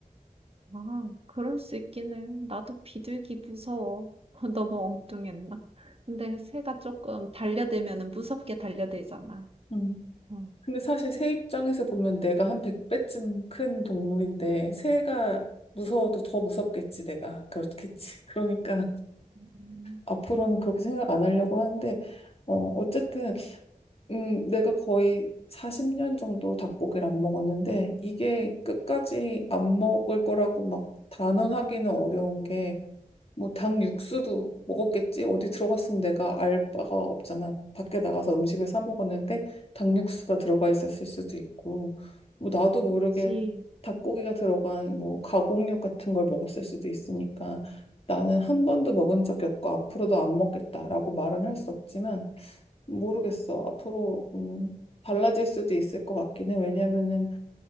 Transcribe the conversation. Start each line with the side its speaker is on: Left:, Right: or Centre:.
Right: 아, 그럴 수 있긴 해요. 나도 비둘기 무서워. <laughs> 너무 엉뚱했나? 근데 새가 조금 달려들면은 무섭게 달려들잖아.
Left: 음.
Right: 어.
Left: 근데 사실 새 입장에서 보면 내가 한 백배쯤 큰 동물인데 새가 무서워도 더 무섭겠지 내가. 그렇겠지. <laughs> 그러니까
Right: 음,
Left: 앞으로는 그렇게 생각 안 하려고 하는데 어, 어쨌든 음, 내가 거의 40년 정도 닭고기를 안 먹었는데 이게 끝까지 안 먹을 거라고 막 단언하기는 어려운 게 뭐 닭 육수도 먹었겠지 어디 들어갔으면 내가 알 바가 없잖아 밖에 나가서 음식을 사 먹었는데 닭 육수가 들어가 있었을 수도 있고 뭐 나도 모르게
Right: 그치.
Left: 닭고기가 들어간 뭐 가공육 같은 걸 먹었을 수도 있으니까 나는 한 번도 먹은 적이 없고 앞으로도 안 먹겠다라고 말은 할 수 없지만 모르겠어. 앞으로 음, 달라질 수도 있을 것 같긴 해. 왜냐면은